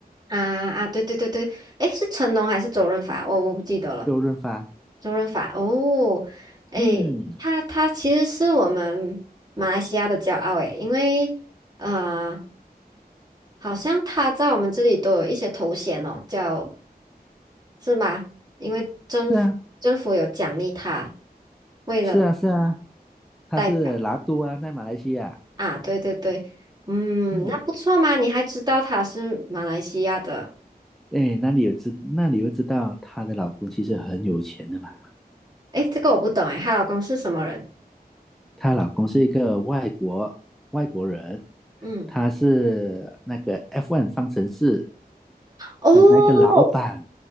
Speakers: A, on the right; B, in the centre.
A: 啊啊，对对对对，诶，是成龙还是周润发？我我不记得了。
B: 周润发。
A: 周润发哦，诶，
B: 嗯，
A: 他他其实是我们马来西亚的骄傲诶，因为呃，好像他在我们这里都有一些头衔哦，叫是吗？因为政府政府有奖励他，
B: 是啊，
A: 为了
B: 是啊，是啊，他是拿督啊，
A: 代表
B: 在马来西亚。
A: 啊，对对对，嗯，
B: 嗯，
A: 那不错嘛，你还知道他是马来西亚的，
B: 哎，那你有知，那你又知道她的老公其实很有钱的嘛？
A: 诶，这个我不懂诶，她老公是什么人？
B: 她老公是一个外国外国人，
A: 嗯，
B: 他是那个 F1 方程式
A: 哦
B: 的那个老板。